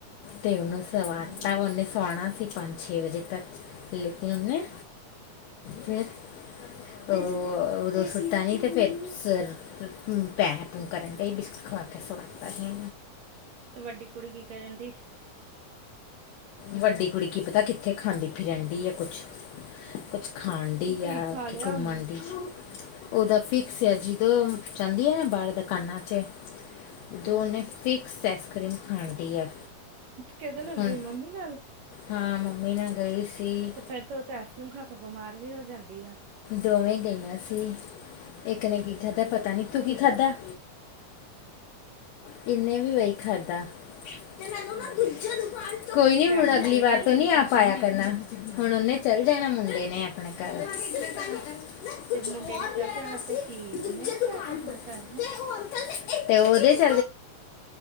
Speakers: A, on the left; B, on the right.
A: ਤੇ ਉਹਨ ਸਵਾ
B: ਹਾਂ
A: ਤਾਂ ਹੁਨ ਸਵਾਨਾ ਸੀ ਪੰਜ ਛੇ ਵਜੇ ਤੱਕ ਲੈ ਕੇ ਹੁੰਦੇ ਫਿਰ ਉਹ ਉਦੋਂ ਸੁੱਤਾ ਨੀ ਤੇ ਫਰ ਪੈ-ਪੂ ਕਰਨ ਡ ਬਿਸਟ ਖਵਾ ਕੇ ਸਵਾਦ ਤਾ ਹੀ
B: ਤੁ ਵੱਡੀ ਕੁੜੀ ਕੀ ਕਰਨ ਡ
A: ਵੱਡੀ ਕੁੜੀ ਕੀ ਪਤਾ ਕਿੱਥੇ ਖਾਂਦੀ ਰਹਿੰਦੀ ਹੈ ਕੁਛ-ਕੁਛ ਖਾਣ ਡ ਹੀ
B: ਕੀ
A: ਆ
B: ਖਾ
A: ਕਿ
B: ਲਿਆ
A: ਘੁੰਮਣ
B: ਉਹਨੇ
A: ਦੀ ਓਦਾਂ ਫਿਕਸ ਆ ਜਦੋਂ ਜਾਂਦੀ ਆ ਨਾ ਬਾਹਰ ਦੁਕਾਨਾਂ ਚ
B: ਹਮ
A: ਦੋਨੇ ਫਿਕਸ ਆਈਸਕ੍ਰੀਮ ਖਾਂਦੀ ਐ
B: ਕਿਹਦੇ ਨਾਲ
A: ਹੁਣ
B: ਗਈ ਮੰਮੀ ਨਾਲ
A: ਹਾਂ ਮੰਮੀ ਨਾਲ ਗਈ ਸੀ
B: ਤੇ ਫਰ ਤਾਂ ਉਹ ਤੇ ਆਈਸ ਕਰ੍ਰੀਮ ਖਾਕੇ ਬਿਮਾਰ ਵੀ ਹੋ ਜਾਂਦੀ ਆ
A: ਦੋਵੇਂ ਗਈਆਂ ਸੀ ਇੱਕ ਨੇ ਕੀ ਖਾਧਾ, ਪਤਾ ਨੀ ਤੂੰ ਕੀ ਖਾਧਾ <inaudible> ਕਿਨੇ ਵੀ ਵਹੀ ਖਾਦਾ <unintelligible>
B: ਹਮ
A: ਕੋਈ ਨੀ ਹੁਣ
B: ਡੈਡੀ ਨੇ
A: ਅਗਲੀ
B: ਦੇਤੇ
A: ਵਾਰ ਤੋਂ ਨ ਆਪ ਆਇਆ ਕਰਨਾ ਹੁਣ ਉਹਨੇ ਚੱਲ ਜਾਣਾ ਮੁੰਡੇ ਨੇ ਆਪਣੇ ਘਰ ਨਾ ਕੁਝ
B: ਤੇ ਮੁੰਡੇ
A: ਔਰ
B: ਨੇ ਚੱਲ
A: ਲੈਣਾ
B: ਜਾਣਾ ਤੇ
A: ਸੀ
B: ਕੀ ਉਹਨੇ
A: ਦੂਜੇ
B: ਨਹੀਂ
A: ਦੁਕਾਨ
B: ਜਾ ਸਕਣਾ
A: ਤੋਂ
B: ਘਰ ਹੈਂ
A: ਤੇ ਉਹ ਅੰਕਲ ਤੇ ਉਹਦੇ ਚ